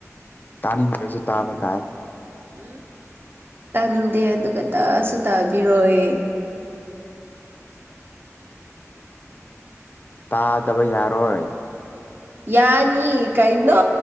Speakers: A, on the left (about 35°); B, on the right (about 40°).
A: ꯇꯥꯅꯤꯡꯗ꯭ꯔꯁꯨ ꯇꯥꯕ ꯇꯥꯏ
B: ꯎꯝ ꯇꯥꯅꯤꯡꯗꯦ ꯑꯗꯨꯒ ꯇꯥꯁꯨ ꯇꯥꯕꯤꯔꯣꯏ
A: ꯇꯥꯗꯕ ꯌꯥꯔꯣꯏ
B: ꯌꯥꯅꯤ ꯀꯩꯅꯣ